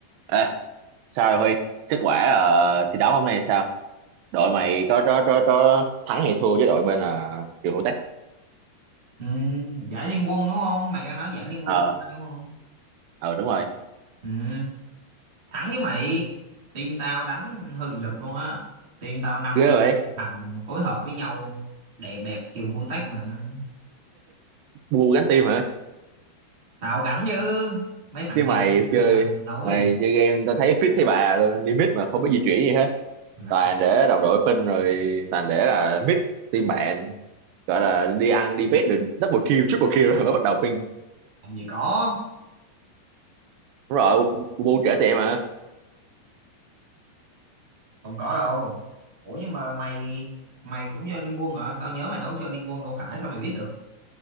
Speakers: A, on the right; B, on the right.
A: Ê, sao rồi Huy? Kết quả ờ, thi đấu hôm nay sao? Đội mày có có có có thắng hay thua với đội bên uh, trường Hữu Tách?
B: Ừ, giải liên quân đúng không? Mày đang nói giải liên quân
A: Ờ,
B: mobile đúng không?
A: ờ đúng rồi.
B: Ừ, thắng với mày. Team tao đánh hơi bị lực luôn á. Team tao năm
A: Ghê
B: ờ,
A: vậy.
B: thằng phối hợp với nhau đẹp đẹp trường hôi tách mà.
A: Bu gánh tim hả?
B: Tao gánh chứ. Mấy thằng
A: Chứ mày
B: kia ờ,
A: chơi
B: làm nhà thôi.
A: mày chơi game tao thấy fit thấy bà luôn, đi mid mà không biết di chuyển gì hết.
B: Lại
A: Toàn để đồng đội pin rồi toàn để là mid team bạn gọi là đi ăn đi vét được double kill, triple kill rồi mới bắt đầu ping.
B: làm gì có,
A: Đúng rồi, Bu Bu bu trễ tụi em mà.
B: không có đâu. Ủa nhưng mà mày mày cũng cho liên quân hả? Tao nhớ mày đấu cho liên quân Đỗ Khải sao mày biết được?